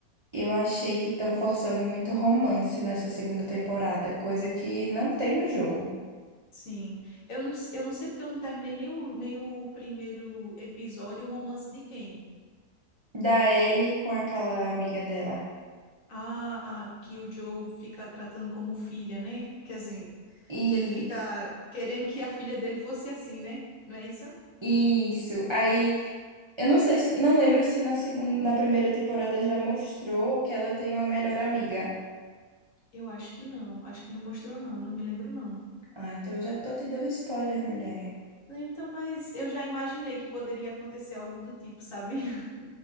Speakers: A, on the right (about 45°); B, on the left (about 55°).
A: eu achei que estão forçando muito romance nessa segunda temporada, coisa que não tem no jogo.
B: Sim. Eu não, eu não sei porque eu não terminei nem o, nem o primeiro episódio, o romance de quem?
A: Da Ellie com aquela amiga dela.
B: Ah, que o Joe fica tratando como filha, né? Quer dizer,
A: Isso,
B: que ele fica querendo que a filha dele fosse assim, né? Não é isso?
A: isso. Aí. Eu não sei se, não lembro se na segunda, na primeira temporada já mostrou que ela tem uma melhor amiga.
B: Eu acho que não. Acho que não mostrou, não. Não me lembro, não.
A: Ah, então eu já tô te dando spoiler, mulher.
B: Então, mas eu já imaginei que poderia acontecer algo do tipo, sabe? <laughs>